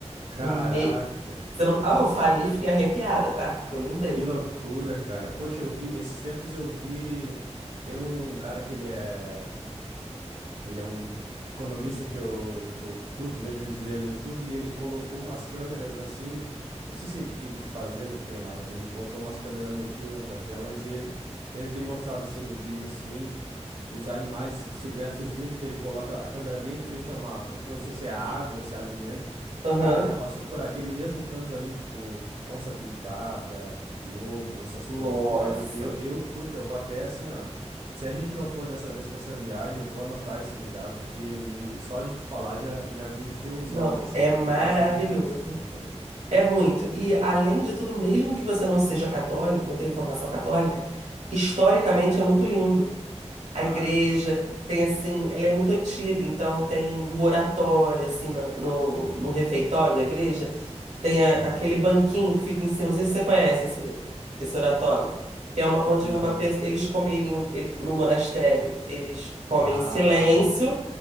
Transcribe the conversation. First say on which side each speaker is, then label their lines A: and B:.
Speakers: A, on the right (about 50°); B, on the right (about 85°).
A: Caraca,
B: No meio. Você não... Ah, eu falei, fiquei arrepiada, tá? Eu lembrei.
A: que loucura, cara. Poxa, eu vi, esses tempos eu vi, tem um um cara que ele é, ele é um economista que eu, que eu curto, vejo vídeos dele no YouTube, e ele colocou umas câmeras assim, não sei se que, que fazenda ele tem lá, mas ele botou umas câmeras noturnas daquelas e ele, ele tem mostrado assim no vídeo, assim, os animais silvestres vindo, que ele coloca a câmera bem em frente a uma, não sei se é água ou se é alimento.
B: Aham.
A: Cara, já passou por aquele mesmo canto ali, tipo, onça pintada, lobo, essas
B: Nossa.
A: coisas. Pô, eu, eu, eu curto, eu vou até assim, ó. Se a gente não for dessa vez pra essa viagem, eu vou anotar esse lugar, porque me, só de tu falar já, já me encheu os
B: Não,
A: olhos, assim.
B: é
A: Eu
B: maravilhoso.
A: gosto muito desse tipo de rolê.
B: É muito. E, além de tudo, mesmo que você não seja católico, não tenha formação católica, historicamente é muito lindo. A
A: Claro.
B: igreja tem, assim, ela é muito antiga, então tem o oratório, assim, na- no, no, refeitório da igreja, tem a-
A: Aham.
B: aquele banquinho que fica em cima, não sei se você conhece esse, esse oratório, que é uma, onde
A: Não.
B: uma pessoa, eles comeriam, ele- no monastério, eles comem
A: Ah.
B: em silêncio